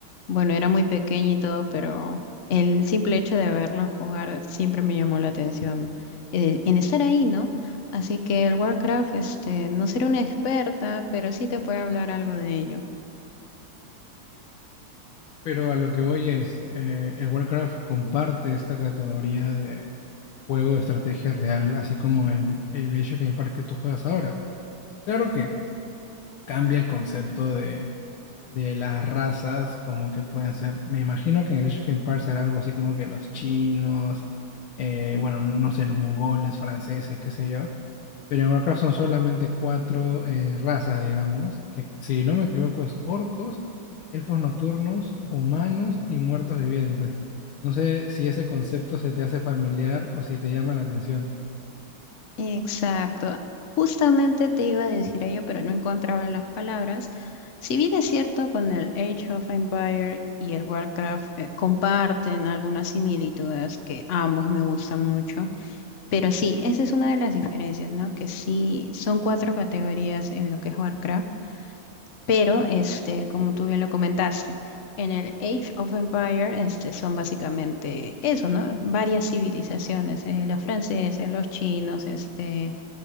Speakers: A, on the left; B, on the left.
A: bueno, era muy pequeña y todo, pero el simple hecho de verlo jugar siempre me llamó la atención eh, en estar ahí, ¿no? Así que el Warcraft, este, no seré una experta, pero sí te puedo hablar algo de ello.
B: Pero a lo que voy es, eh, el Warcraft comparte esta categoría de juego de estrategia real, así como el, el Age of Empires que tú juegas ahora. Claro que cambia el concepto de, de las razas, como que pueden ser, me imagino que en el Age of Empires será algo así como que los chinos, eh, bueno, no sé, los mongoles, franceses, qué sé yo. Pero en Warcraft son solamente cuatro eh, razas, digamos, que si no me equivoco es orcos, elfos nocturnos, humanos y muertos vivientes. No sé si ese concepto se te hace familiar o si te llama la atención.
A: Exacto. Justamente te iba a decir ello, pero no encontraba las palabras. Si bien es cierto, con el Age of Empire y el Warcraft eh, comparten algunas similitudes que ambos me gustan mucho, pero sí, esa es una de las diferencias, ¿no? Que sí, son cuatro categorías en lo que es Warcraft, pero este, como tú bien lo comentaste, en el Age of Empire este, son básicamente eso, ¿no? Varias civilizaciones, eh, los franceses, los chinos, este